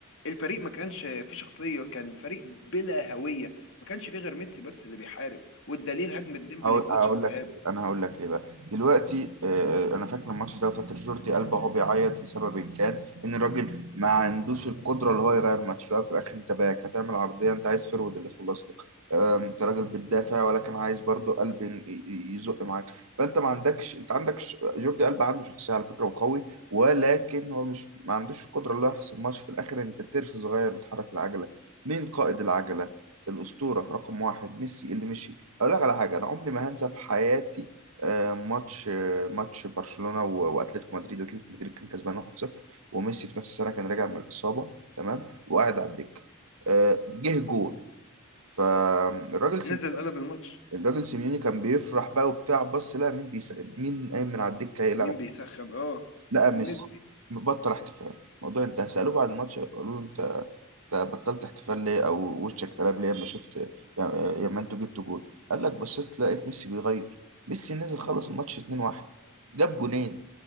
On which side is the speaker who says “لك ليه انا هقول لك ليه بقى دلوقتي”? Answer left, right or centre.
Right